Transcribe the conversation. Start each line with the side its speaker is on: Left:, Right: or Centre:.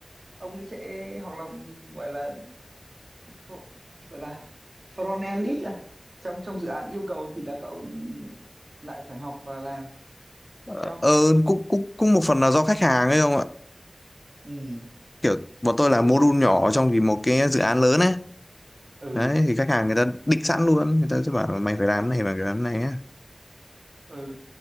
Right: ông ấy sẽ hoặc là gọi là fr- gọi là front end lead à. Trong trong dự án yêu cầu thì là các ông lại phải học và làm
Left: Ờ,
Right: theo.
Left: ừ, cũng cũng cũng một phần là do khách hàng ấy không ạ
Right: Ừ,
Left: kiểu bọn tôi là module
Right: chắc
Left: nhỏ trong thì một cái dự án lớn ấy
Right: ừ
Left: đấy thì khách hàng người ta định sẵn luôn người ta sẽ bảo là mày phải làm cái này mày phải làm cái này á
Right: ừ